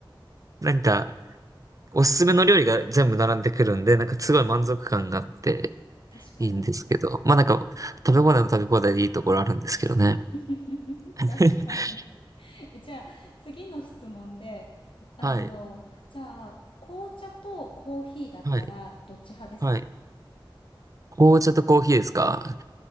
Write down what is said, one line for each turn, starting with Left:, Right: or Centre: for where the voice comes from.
Right: なんか、おすすめの料理が全部並んでくるんで、なんかすごい満足感があって
Left: 確かに。
Right: いいんですけど、まあなんか、食べ放題の食べ放題でいいところあるんですけどね。
Left: <laughs>
Right: <laughs>
Left: 確かに。じゃあ、次の質問で、あの、
Right: はい。
Left: じゃあ、紅茶とコーヒーだったら、
Right: はい。
Left: どっち派ですか
Right: はい。紅茶とコーヒーですか